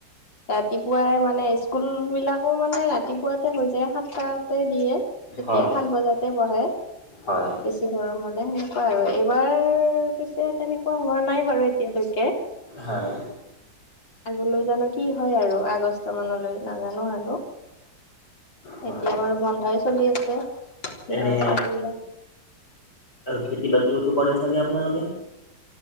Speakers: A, on the left; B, on the left.
A: ৰাতিপুৱাই মানে স্কুল বিলাকো মানে ৰাতিপুৱাতে হৈ যায়, সাতটাতে দিয়ে। তেতিয়া
B: হয়
A: সাত বজাতে বহে,
B: হয়
A: বেছি গৰম হ'লে সেনেকুৱা আৰু, এইবাৰ পিছে তেনেকুৱা হোৱা নাই বাৰু এতিয়ালৈকে।
B: হয়
A: আগলৈ জানো কি হয় আৰু আগষ্ট মানলৈ নাজানো আৰু।
B: হয়
A: এতিয়া বাৰু বন্ধই চলি আছে, ল'ৰা-ছোৱালী
B: এনে
A: বিলাক।
B: খেতি বাতিওতো কৰে চাগে আপোনালোকে?